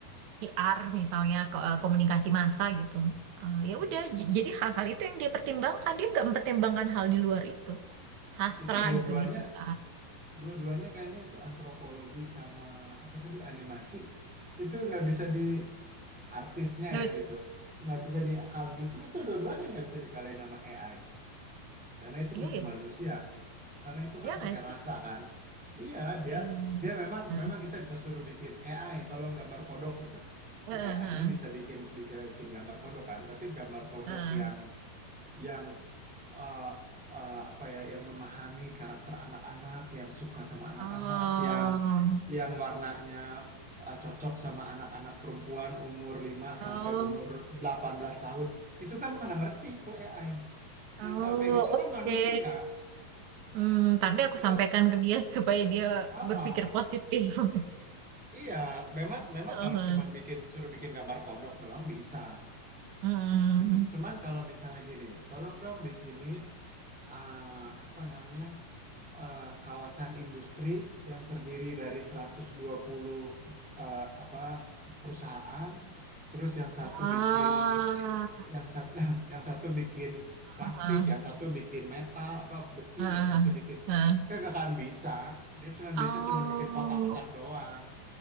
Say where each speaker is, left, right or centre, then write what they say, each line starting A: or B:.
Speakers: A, on the right; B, in the centre.
A: PR misalnya ko- eh, komunikasi massa gitu Eh, ya
B: mm.
A: udah j- jadi hal-hal itu yang dia pertimbangkan dia nggak mempertimbangkan hal di luar itu sastra
B: Itu dua-duanya,
A: gitu dia suka
B: dua-duanya kayaknya itu antropologi sama apa tadi animasi. Itu nggak bisa di artisnya
A: Ya
B: ya
A: wis,
B: gitu. Nggak bisa di, justru itu dua-duanya nggak bisa dikalahin sama AI. Karena itu
A: iya
B: mesti
A: ya
B: manusia. karena itu
A: iya
B: kan
A: nggak
B: pakai
A: sih
B: rasa kan. Iya, dia
A: Iya.
B: dia memang memang kita bisa suruh bikin AI tolong gambar kodok gitu.
A: Heeh,
B: Si AI-nya
A: heeh,
B: bisa bikin bikin bikin gambar kodok kan, tapi gambar kodok
A: heeh.
B: yang yang eh, eh, apa ya, yang memahami karakter anak-anak, yang suka sama anak-anak,
A: oh
B: yang yang warnanya eh, cocok sama anak-anak perempuan umur lima
A: oh
B: sampai umur delapan belas tahun. Gitu kan mana ngerti itu AI.
A: oh
B: Yang tahu kayak gitu
A: oke
B: kan manusia.
A: Hmm, ntar deh aku
B: Terus,
A: sampaikan ke dia <laughs> supaya dia
B: ah, ah.
A: berpikir positif. <laughs>
B: Iya, memang memang
A: Heeh.
B: kalau cuman bikin suruh bikin gambar kodok doang bisa
A: Hmm.
B: gitu. Cuman kalau misalnya gini, tolong dong bikinin uh, apa namanya uh, kawasan industri yang terdiri dari 120 uh, apa perusahaan, terus yang satu
A: Ah,
B: bikin yang satu <laughs> yang satu bikin
A: ah,
B: plastik, yang satu bikin metal apa besi,
A: ah,
B: yang satu bikin
A: ah.
B: kagak akan bisa. Dia cuman
A: Oh,
B: bisa cuman bikin kotak-kotak doang.